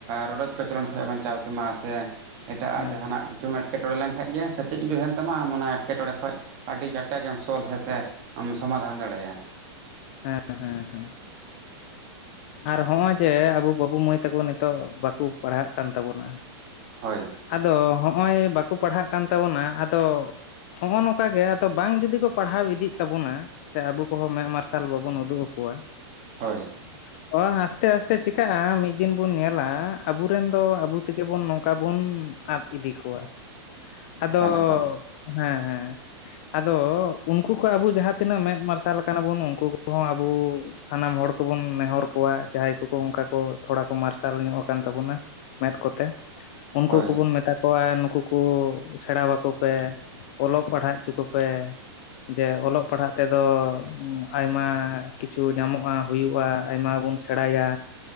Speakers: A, on the right (about 25°); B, on the left (about 25°).
A: ᱨᱚᱰᱚᱡ ᱠᱚᱪᱞᱚᱱ ᱠᱷᱚᱱ ᱮᱢ ᱵᱟᱧᱪᱟᱣ ᱠᱮᱟ ᱥᱮ ᱮᱴᱟᱜᱟᱜ
B: ᱦᱮᱸ
A: ᱡᱟᱦᱱᱟᱜ ᱜᱤ ᱪᱩᱢ ᱮᱴᱠᱮᱴᱚᱬ ᱞᱮᱠᱟᱱᱡ ᱜᱮ ᱥᱮᱪᱮᱫ ᱜᱮ ᱛᱟᱦᱮᱱ ᱛᱟᱢᱟ ᱟᱢ ᱚᱱᱟ ᱮᱴᱠᱮᱴᱬᱮ ᱠᱷᱚᱱ ᱟᱹᱰᱤ ᱠᱟᱴᱠᱟᱜᱮᱢ ᱥᱚᱞᱦᱞᱮ ᱥᱮ ᱟᱢ ᱥᱚᱢᱟᱫᱷᱟᱱ ᱫᱟᱲᱮᱭᱟᱜ-ᱟ᱾
B: ᱦᱮᱸ ᱦᱮᱸ ᱦᱮᱸ ᱟᱨ ᱦᱚᱜ-ᱚᱭ ᱡᱮ ᱟᱵᱚ ᱵᱟᱹᱵᱩ ᱢᱟᱹᱭ ᱛᱟᱠᱚ ᱱᱤᱛᱚᱜ ᱵᱟᱠᱚ ᱯᱟᱲᱦᱟᱜ ᱠᱟᱱ ᱛᱟᱵᱚᱱᱟ᱾
A: ᱦᱳᱭ
B: ᱟᱫᱚ ᱦᱚᱜ-ᱚᱭ ᱵᱟᱠᱚ ᱯᱟᱲᱦᱟᱜ ᱠᱟᱱ ᱛᱟᱵᱚᱱᱟ ᱟᱫᱚ ᱦᱚᱜ-ᱚ ᱱᱚᱝᱠᱟ ᱜᱮ ᱟᱫᱚ ᱵᱟᱝ ᱡᱩᱫᱤ ᱠᱚ ᱯᱟᱲᱦᱟᱣ ᱤᱫᱤᱜ ᱛᱟᱵᱚᱱᱟ ᱥᱮ ᱟᱵᱚ ᱠᱚᱦᱚ ᱢᱮᱫ ᱢᱟᱨᱥ ᱥᱟᱞ ᱵᱟᱵᱚᱱ ᱩᱫᱩᱜ ᱟᱠᱚᱣᱟ᱾
A: ᱦᱳᱭ᱾
B: <inaudible> ᱚ ᱟᱥᱛᱮ ᱟᱥᱛᱮ ᱪᱤᱠᱟᱹᱜ-ᱟ ᱢᱤᱫ ᱫᱤᱱ ᱵᱚᱱ ᱧᱮᱞᱟ ᱟᱵᱚᱨᱮᱱ ᱫᱚ ᱟᱵᱚ ᱛᱮᱜᱮ ᱵᱚᱱ ᱱᱚᱝᱠᱟ ᱵᱚᱱ ᱟᱫ ᱤᱫᱤ ᱠᱚᱣᱟ᱾ ᱟᱫᱚ
A: ᱮᱠᱟᱞ ᱮᱠᱟᱞ
B: ᱦᱮ ᱦᱮ ᱟᱫᱚ ᱩᱱᱠᱩ ᱠᱚ ᱟᱵᱚ ᱡᱟᱦᱟᱸ ᱛᱤᱱᱟᱹᱜ ᱢᱮᱫ ᱢᱟᱨᱥᱟᱞ ᱠᱟᱱᱟ ᱵᱚᱱ ᱩᱱᱠᱩ ᱠᱚᱦᱚᱸ ᱟᱵᱩ ᱥᱟᱱᱟᱢ ᱦᱚᱲ ᱠᱚᱵᱚᱱ ᱱᱮᱦᱚᱨ ᱠᱚᱣᱟ ᱡᱟᱦᱟᱸᱭ ᱠᱚᱠᱚ ᱚᱱᱠᱟ ᱠᱚ ᱛᱷᱚᱲᱟ ᱠᱚ ᱢᱟᱨᱥᱟᱞ ᱧᱚᱜ ᱟᱠᱟᱱ ᱛᱟᱵᱚᱱᱟ᱾ ᱢᱮᱫ ᱠᱚᱛᱮ ᱩᱱᱠᱩ
A: ᱦᱳᱭ
B: ᱠᱚᱵᱚᱱ ᱢᱮᱛᱟ ᱠᱚ ᱱᱩᱠᱩ ᱠᱚ ᱥᱮᱬᱟ ᱟᱠᱚ ᱯᱮ ᱚᱞᱚᱜ ᱯᱟᱲᱦᱟᱣ ᱦᱚᱪᱚ ᱠᱚᱯᱮ᱾ ᱡᱮ ᱚᱞᱚᱜ ᱯᱟᱲᱦᱟᱜ ᱛᱮᱫᱚ ᱟᱭᱢᱟ ᱠᱤᱪᱷᱩ ᱧᱟᱢᱚᱜ-ᱟ ᱦᱩᱭᱩᱜ-ᱟ ᱟᱭᱢᱟ ᱵᱚᱱ ᱥᱮᱬᱟᱭᱟ